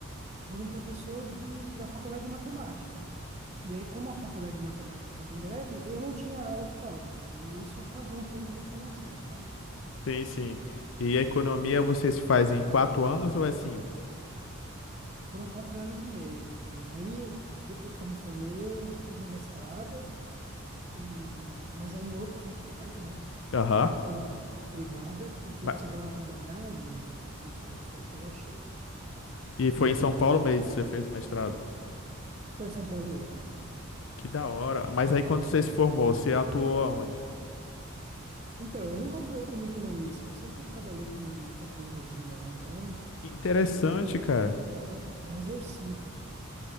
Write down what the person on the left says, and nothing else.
Sim, sim. E a economia você se faz em quatro anos ou é cinco?
Aham.
Ba-
E foi em São Paulo mesmo que você fez o mestrado?
Que da hora. Mas aí quando você se formou, você atuou aonde?
Que interessante,
cara.